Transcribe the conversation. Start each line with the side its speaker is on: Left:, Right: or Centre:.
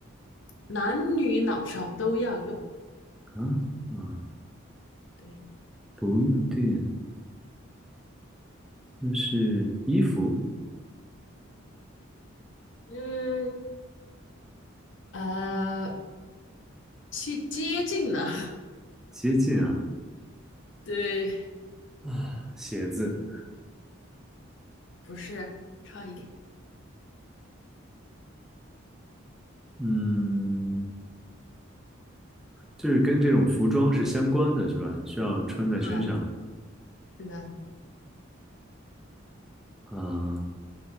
Left: 男女老少都要用。
Centre: 啊啊，
Left: 对，
Centre: 不用电。那是衣服，
Left: 嗯，啊，去接近了，
Centre: 接近啊
Left: <laughs> 对，
Centre: 啊，鞋子，
Left: 不是，差一点。
Centre: 嗯，就是跟这种服装是相关的，是吧？需要穿在身上
Left: 嗯，是的。
Centre: 啊，